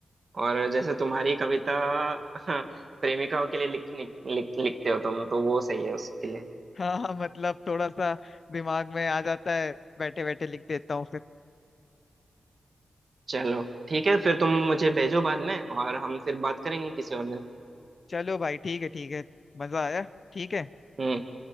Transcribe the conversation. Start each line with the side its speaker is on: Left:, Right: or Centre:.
Right: और जैसे तुम्हारी कविता <laughs> प्रेमिकाओं के लिए लिख, लिख, लिख, लिखते हो तुम तो वो सही है उसके लिए
Left: हाँ हाँ मतलब थोड़ा सा दिमाग में आ जाता है बैठे बैठे लिख देता हूँ फिर
Right: चलो ठीक है फिर तुम मुझे भेजो बाद में और हम फिर बात करेंगे किसी और दिन
Left: चलो भाई ठीक है ठीक है मजा आया ठीक है
Right: हम्म